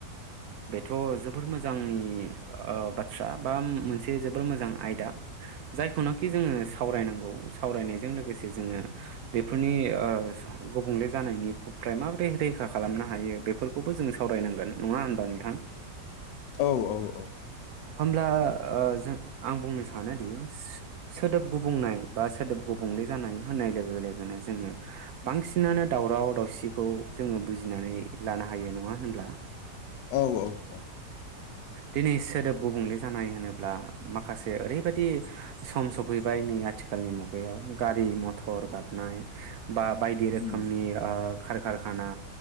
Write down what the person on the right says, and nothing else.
थ' जोबोर मोजांनि ओ बाथ्रा बा मोनसे जोबोर मोजां आयदा। जायखौनाखि जोङो सावरायनांगौ सावरायनायजों लोगोसे जोङो बेफोरनि ओ गुबुंले जानायनि फ्राय माबोरै रैखा खालामनो हायो बेफोरखौबो जोङो सावरायनांगोन। नङा होनबा नोंथां?
होमब्ला ओ जों आं बुंनो सानोदि सो सोदोब गुबुंनाय बा सोदोब गुबुंले जानाय होननाय लोगो लोगोनो जोङो बांसिनानो दावराव दावसिखौ जोङो बुजिनानै लानो हायो नङा होनब्ला
दिनै सोदोब गुबुंले जानाय होनोब्ला माखासे ओरैबायदि सम सफैबाय नै आथिखालनि मुगायाव गारि मथर गाबनाय बा बायदि रोखोमनि
ओ खार खारखाना